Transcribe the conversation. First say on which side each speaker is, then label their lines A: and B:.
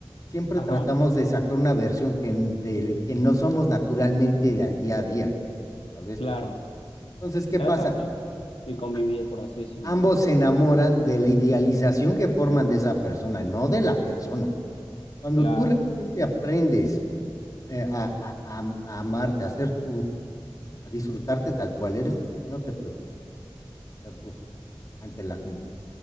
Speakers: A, on the left; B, on the left.
A: siempre
B: Ajá,
A: tratamos de sacar una versión que, n- del que no somos naturalmente al día a día, ¿sabes?
B: claro.
A: Entonces, ¿qué
B: Tratas
A: pasa?
B: pues, de convivir,
A: A-
B: por así decirlo.
A: ambos se enamoran de la idealización que forman de esa persona, no de la persona. Cuando
B: Claro,
A: tú realmente aprendes eh, a, a- a- a amarte, a ser tú, a disfrutarte tal cual eres, ya no te preocupas ser tú ante la gente,